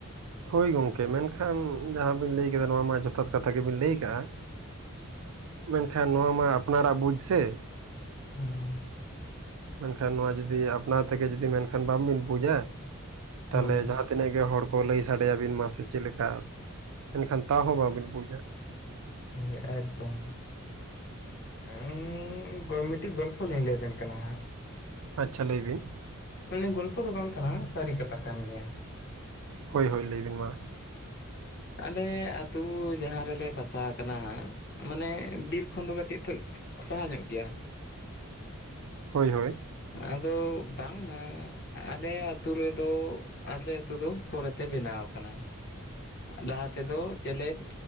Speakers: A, on the right; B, on the left.
A: ᱦᱳᱭ ᱜᱚᱝᱠᱮ ᱢᱮᱱᱠᱷᱟᱱ ᱡᱟᱦᱟᱸ ᱵᱤᱱ ᱞᱟᱹᱭ ᱠᱮᱫᱟ ᱱᱚᱣᱟ ᱢᱟ ᱡᱚᱛᱷᱟᱛ ᱠᱟᱛᱷᱟ ᱜᱮᱵᱤᱱ ᱞᱟᱹᱭ ᱠᱟᱜᱼᱟ ᱢᱮᱱᱠᱷᱟᱱ ᱱᱚᱣᱟ ᱢᱟ ᱟᱯᱱᱟᱨᱟᱜ ᱵᱩᱡᱽ ᱥᱮ᱾
B: ᱦᱩᱸ᱾
A: ᱢᱮᱱᱠᱷᱟᱱ ᱱᱚᱣᱟ ᱡᱩᱫᱤ ᱟᱯᱱᱟᱨ ᱛᱮᱜᱮ ᱡᱩᱫᱤ ᱢᱮᱱᱠᱷᱟᱱ ᱵᱟᱝᱵᱤᱱ ᱵᱩᱡᱟ ᱛᱟᱦᱚᱞᱮ
B: ᱦᱳᱭ
A: ᱡᱟᱦᱟᱸ ᱛᱤᱱᱟᱹᱜ ᱜᱮ ᱦᱚᱲ ᱠᱚ ᱞᱟᱹᱭ ᱥᱟᱰᱮᱭᱟᱵᱤᱱ ᱢᱟ ᱥᱮ ᱪᱮᱫ ᱞᱮᱠᱟ ᱮᱱᱠᱷᱟᱱ ᱛᱟᱣ ᱦᱚᱸ ᱵᱟᱝᱵᱤᱱ ᱵᱩᱡᱟ᱾
B: ᱦᱳᱭ ᱮᱠᱫᱚᱢ᱾ ᱩᱸᱻ ᱜᱚ ᱢᱤᱫᱴᱤᱡ ᱜᱚᱞᱯᱷᱚ ᱞᱤᱧ ᱞᱟᱹᱭ ᱟᱵᱮᱱ ᱠᱟᱱᱟ ᱦᱟᱸᱜ᱾
A: ᱟᱪᱪᱷᱟ ᱞᱟᱹᱭ ᱵᱤᱱ᱾
B: ᱢᱟᱱᱮ ᱜᱚᱞᱯᱷᱚ ᱫᱚ ᱵᱟᱝ ᱠᱟᱱᱟ ᱥᱟᱹᱨᱤ ᱠᱟᱛᱷᱟ ᱠᱟᱱ ᱜᱮᱭᱟ᱾
A: ᱦᱳᱭ ᱦᱳᱭ ᱞᱟᱹᱭ ᱵᱤᱱ ᱢᱟ᱾
B: ᱟᱞᱮ ᱟᱛᱩ ᱡᱟᱦᱟᱸ ᱨᱮᱞᱮ ᱵᱟᱥᱟ ᱠᱟᱱᱟ ᱦᱟᱸᱜ, ᱢᱟᱱᱮ ᱵᱤᱨ ᱠᱷᱚᱱ ᱫᱚ ᱠᱟᱹᱴᱤᱡ ᱛᱚ ᱥᱟᱦᱟ ᱧᱚᱜ ᱜᱮᱭᱟ᱾
A: ᱦᱳᱭ ᱦᱳᱭ᱾
B: ᱟᱫᱚ ᱵᱟᱝ ᱢᱟ ᱟᱞᱮ ᱟᱹᱛᱩ ᱨᱮᱫᱚ, ᱟᱞᱮ ᱟᱹᱛᱩ ᱫᱚ ᱯᱚᱨᱮ ᱛᱮ ᱵᱮᱱᱟᱣ ᱟᱠᱟᱱᱟ᱾ ᱞᱟᱦᱟ ᱛᱮᱫᱚ ᱪᱮᱞᱮᱫ